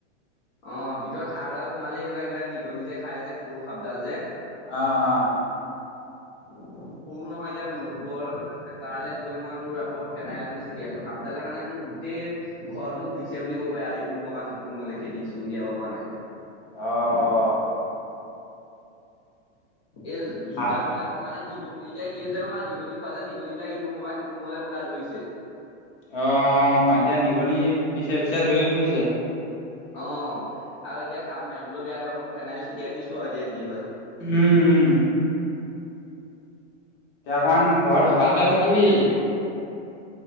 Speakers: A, on the left; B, on the left.
A: অ ভিতৰত সাপ এডাল সোমালে এনেকুৱা কিবা নিগনি যে খাই যে সৰু সাপডাল যে
B: আহ-আহ
A: সৰু নহয় এতিয়া মধুবৰ তালৈ গৈ মই তোৰ আকৌ ফেনাইল আনি চিটিয়াইছো সাপডালে মানে তোৰ গোটেই ঘৰটো ঘুৰিছে বুলি ক ইটো ৰুমৰ বা সিটো ৰুমলৈ খেদি দিছো উলিয়াব পৰা নাই
B: আহ-আহ
A: এই জোতাবিলাকৰ
B: অ
A: মানে নি এতিয়া কি হৈছে মা নিগনি খোৱা যে নিগনিবিলাক ইটো ৰুমৰ পৰা সিটো ৰুমলৈ পুৰা দৌৰিছে
B: আহ এতিয়া নিগনি পিছে-পিছে দৈৰি ফুৰিছে
A: অ আৰু এতিয়া সাপ মাৰিবলৈও বেয়া ধৰ চোন ফেনাইল চটিয়াই দিছো আৰু এতিয়া কি হয়।
B: উম-উম এতিয়া অকনমান ঘৰত
A: বাকী
B: ভালকে
A: তই
B: থাকিবি।